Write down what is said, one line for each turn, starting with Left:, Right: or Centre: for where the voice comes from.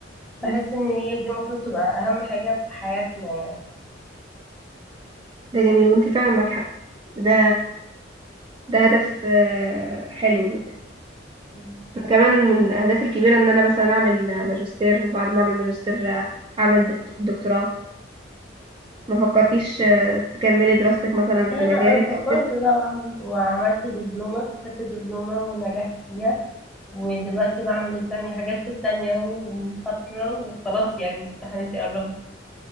Centre: بحس
Right: مم.
Centre: إن هي دي المفروض تبقى أهم حاجة في حياتنا
Right: ده جميل وانتي فعلا معاك حق ده ده هدف آه، حلو جدا
Centre: يعني
Right: كمان من اهدافي الكبيره ان انا مثلا اعمل ماجستير وبعد ما اعمل ماجستير اعمل دكت- دكتوراه ما فكرتيش آه، تكملي دراستك مثلا
Centre: لا
Right: في مجالك
Centre: لا انا
Right: او
Centre: فكرت
Right: كده
Centre: طبعا وعملت دبلومه خدت دبلومه ونجحت فيها ودلوقتي بعمل التانية حجزت التانية اهو من فتره وخلاص يعني امتحاناتي قربت